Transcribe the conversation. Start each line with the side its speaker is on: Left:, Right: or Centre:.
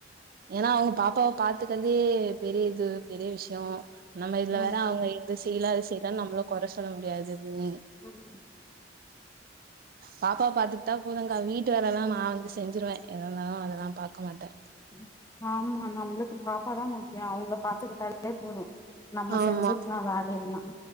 Right: ஏன்னா அவங்க பாப்பாவ பாத்துக்கறதே பெரிய இது பெரிய விஷ்யொ. நம்ம இதுல
Left: ம்
Right: வேற அவங்க இது செய்யல, அது செய்யல நம்மளு கொற சொல்ல முடியாது. நீ
Left: ம்
Right: பாப்பாவ பாத்துக்கிட்டா போதுங்கா வீட்டு வேலலா நா வந்து செஞ்சிருவ எதாந்தாலு அதெல்லா பாக்க மாட்ட
Left: ம் ம் ஆமா நம்புளுக்கு பாப்பாதா முக்கியோ அவுங்கள பாத்துக்கிட்டாலே போதோ நம்ம
Right: ஆமா
Left: செஞ்சுக்லா வேலை எல்லா